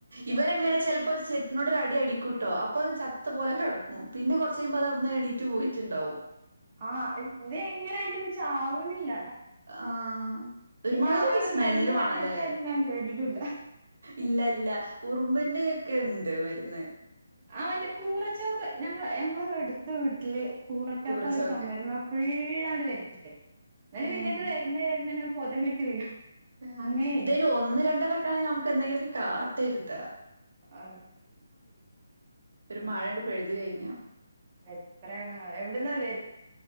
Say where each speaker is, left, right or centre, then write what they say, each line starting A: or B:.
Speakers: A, on the right; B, on the right.
A: ഇവരെങ്ങനെ ചെൽപ്പോ ചെ <unintelligible> അടി അടിക്കുട്ടോ അപ്പൊ ചത്ത പോലെ കെടക്കും പിന്നെ കൊർച്ച് കയ്മ്പോ അതവിടുന്ന് എണീറ്റ് പോയിറ്റ്ണ്ടാവും
B: ആഹ് ഇത് എങ്ങനെ ചാവ്ണില്ല
A: ആഹ് ഒരുമാതിരി
B: ചാവാനുള്ളൊരു
A: ഒരു സ്മെല്ലു
B: മരുന്ന് കണ്ടെടുത്തതായിട്ട്
A: ആണല്ലേ
B: ഞാൻ കേട്ടിട്ടുല്ല
A: ഇല്ല ഇല്ല ഉറുമ്പിന്റെ ക്കെ ണ്ട് മര്ന്ന്
B: അവന്റെ കൂറച്ചോക്ക് ഞങ്ങ ഞങ്ങള് എടുത്ത വ് ട്ട്ല് കുറചോക്ക്
A: കൂറച്ചൊക്കെ
B: ചൊമര്മ ഫുള്ളണ്ട് വരച് വന്
A: ഏഹ്
B: പിന്നെ ഇത് വര്ന്ന് വര്ന്നേരം ബോധം കെട്ടി വീഴും
A: ആ
B: അങ്ങനെയും
A: ഇതയ്ന് ഒന്ന് രണ്ടെണ്ണ ക്കണേ നമ്ക്ക് എന്തെങ്കിലൊക്കെ കാട്ടെരുത്ത
B: അ
A: ഒരു
B: ഉ
A: മഴയണ്ട് പെയ്ത് കഴിഞ്ഞാ
B: എത്രയാണ് എവിടുന്നാ വ